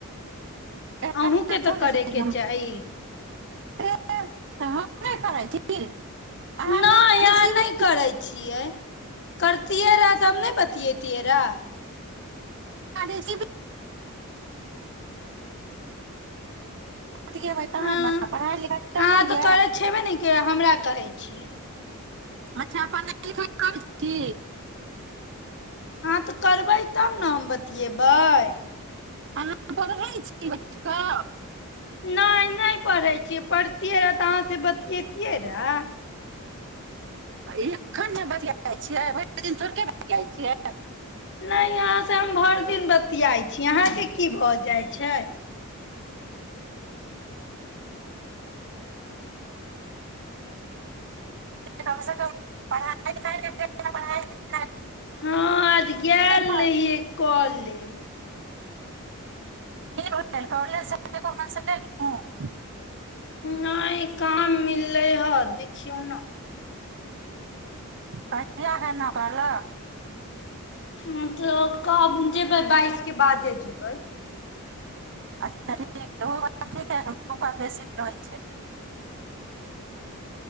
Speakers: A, on the right; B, on the left.
A: एहन
B: अहूँके
A: बात
B: तऽ
A: थोड़े
B: करैय
A: छै जे
B: के
A: हम
B: चाही
A: ए तऽ हम नहि करै छी अहाँ
B: नहि
A: कोनो रिसीविंग
B: अहाँ नहि करै छियै कर- करतीयै रऽहा त हम नै बतीयैती रऽहा
A: <unintelligible> बतियैबै तहन
B: अहाँ
A: ने पढ़ाइ लिखाइ चलैयए
B: तऽ करै छेबे ने के हमरा कहै छियै
A: अच्छा पढ़ाई लिखाई करै छी
B: हँ तऽ करबै तब ने हम बतियेबै
A: अहाँ पढ़ै छी बैठि कऽ
B: नहि नहि पढ़ैत छियै पढ़तियै रहए तऽ अहाँसँ बतियैतियै रहए
A: एखन ने बतियाय छियै भरि दिन थोड़के ने बतियाय छियै
B: नहि अहाँसँ हम भरि दिन बतियाइ छी अहाँके की भऽ जाइ छै
A: <unintelligible> <unintelligible> कम से कम पढ़ाइ लिखाइ
B: हँ आज गेल
A: पर
B: रहियै कॉलेज
A: की भेल कालेज से एलौं तऽ एको गो मैसेज केलौं
B: नहि काम मिललै ह देखियौ ने
A: <unintelligible>
B: मतलब कब जेबै बाइस के बाद जेबै कोइ
A: <unintelligible>